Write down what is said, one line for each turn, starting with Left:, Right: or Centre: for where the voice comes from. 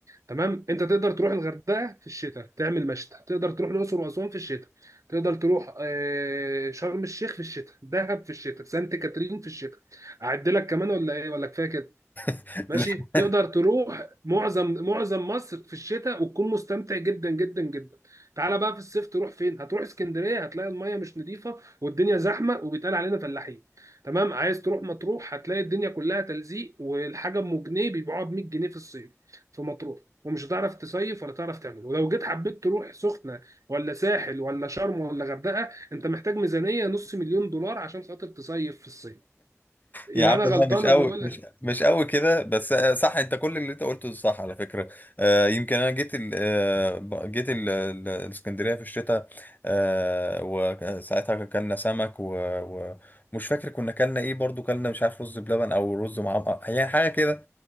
Right: تمام انت تقدر تروح الغردقه في الشتاء تعمل مشتى تقدر تروح الاقصر واسوان في الشتاء تقدر تروح آه، شرم الشيخ في الشتاء دهب في الشتاء سانت كاترين في الشتاء اعد لك كمان ولا ايه ولا كفايه كده
Left: <laughs>
Right: ماشي تقدر تروح معظم معظم مصر في الشتاء وتكون مستمتع جدا جدا جدا تعالى بقى في الصيف تروح فين هتروح اسكندريه هتلاقي الميه مش نظيفه والدنيا زحمه وبيتقال علينا فلاحين تمام عايز تروح مطروح هتلاقي الدنيا كلها تلزيق والحاجه ام جنيه بيبيعوها ب 100 جنيه في الصيف في مطروح ومش هتعرف تصيف ولا تعرف تعمل ولو جيت حبيت تروح سخنه ولا ساحل ولا شرم ولا غردقه انت محتاج ميزانيه نص مليون دولار عشان خاطر تصيف في الصيف يبقى
Left: يا عم
Right: انا غلطان
Left: لا مش
Right: لما
Left: قوي
Right: اقول
Left: مش
Right: لك
Left: مش قوي كده بس آه، صح انت كل اللي انت قلته صح على فكره آه يمكن انا جيت ال آه ب- جيت ال ال- الاسكندريه في الشتاء آه وساعتها كلنا سمك و- و- ومش فاكر كنا كلنا ايه برضو كلنا مش عارف رز بلبن او رز معمر يعني حاجه كده